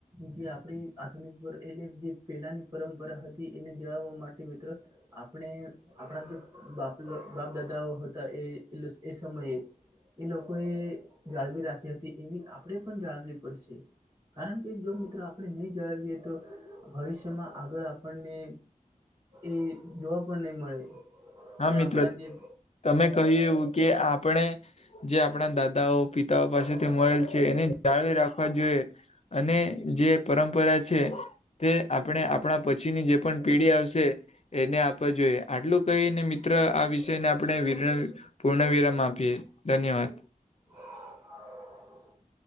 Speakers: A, on the right (about 30°); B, on the left (about 50°).
A: જે આપણી આધુનિક એટલે જે પેલાની પરંપરા હતી, એને જળાવવા માટે મિત્રો આપણે આપણા જે બાપ બાપ દાદાઓ હતા, એ એ સમયે એ લોકોએ જાળવી રાખી હતી, એવી આપણેે પણ જાળવી પડશે. કારણ કે, જો મિત્રો આપણે નહી જણાવીએ તો, ભવિષ્ય તેમાં આગળ આપણને, એ જોવા પણ નહીં મળે.
B: હા,
A: અને
B: મિત્રો.
A: આપણા જે
B: તમે કહ્યું એવું કે આપણે જે આપણા દાદાઓ, પિતાઓ પાસેથી મળેલ છે, એને જાળવી રાખવા જોઈએ. અને જે પરંપરા છે. તે આપણે આપણા પછીની જે પણ પીઢી આવશે, એને આપવા જોઈએ આટલું. તો એ ને મિત્ર આ વિષયને, આપણે વિર પૂર્ણવિરામ આપીએ, ધન્યવાદ.
A: <unintelligible>